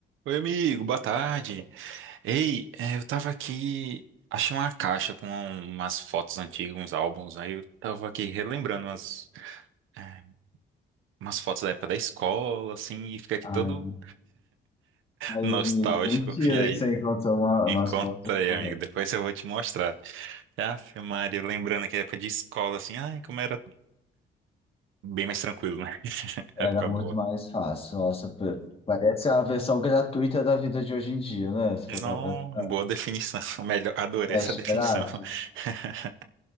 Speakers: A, on the right (about 85°); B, on the left (about 30°).
A: Oi, amigo, boa tarde. Ei, é, eu tava aqui, achei uma caixa com umas fotos antigas, uns álbuns, aí eu tava aqui relembrando umas, é, umas fotos da época da escola, assim, e fica aqui
B: Ai,
A: todo
B: aí,
A: nostálgico.
B: mentira
A: E aí,
B: que você encontrou uma,
A: encontrei,
B: umas fotos. corretas.
A: amigo, depois eu vou te mostrar. Aff, Maria, lembrando aqui a época de escola, assim, ai, como era bem mais tranquilo, né? <laughs>
B: Era
A: Época
B: muito
A: boa.
B: mais fácil. Nossa, pa- parece a versão gratuita da vida de hoje em dia, né? Se for
A: Não,
B: para pensar,
A: boa definição, <laughs> melhor, adorei
B: teste
A: essa definição.
B: grátis.
A: <laughs>